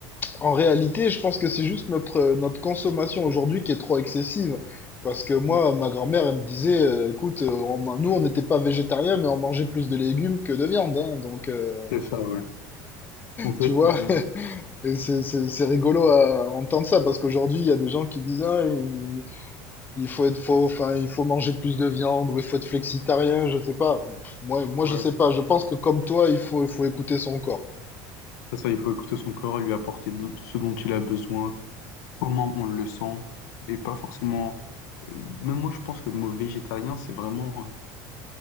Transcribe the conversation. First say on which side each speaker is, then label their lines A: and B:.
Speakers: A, on the left (about 20°); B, on the left (about 85°).
A: en réalité, je pense que c'est juste notre, euh, notre consommation aujourd'hui qui est trop excessive. Parce que moi,
B: Mm.
A: ma grand-mère, elle me disait, euh, écoute, euh, on- man- nous, on n'était pas végétariens, mais on mangeait plus de légumes que de viande. hein. donc, euh,
B: C'est ça, ouais. En fait,
A: tu vois,
B: il...
A: <laughs> et c'est c'est- c'est rigolo à entendre ça, parce qu'aujourd'hui, il y a des gens qui disent, ah, il, il faut être faux, enfin, il faut manger plus de viande, ou il faut être flexitarien, je sais pas. Moi, moi,
B: ouais,
A: je sais
B: c'est
A: pas. Je
B: c'est
A: pense que comme toi, il faut, il faut écouter son corps.
B: c'est ça. Il faut écouter son corps, lui apporter de- ce dont il a besoin, comment on le sent, et pas forcément. euh, Même moi, je pense que le mot végétarien, c'est vraiment. euh,